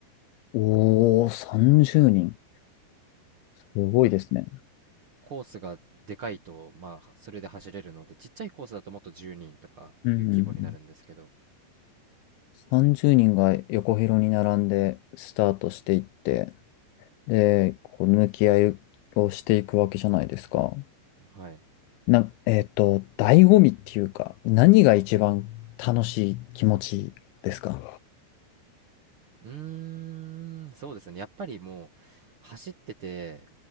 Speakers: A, on the left; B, on the right.
A: おー、30人。すごいですね。
B: コースがでかいと、まあ、それで走れるので、ちっちゃいコースだともっと10人とかいう規模になるんですけど、
A: うん。30人が横広に並んでスタートしていって、で、こう、抜き合いをしていくわけじゃないですか。
B: はい。
A: な、えっと、醍醐味っていうか、何が一番楽しい気持ちですか
B: うーん、そうですね。やっぱりもう、走ってて、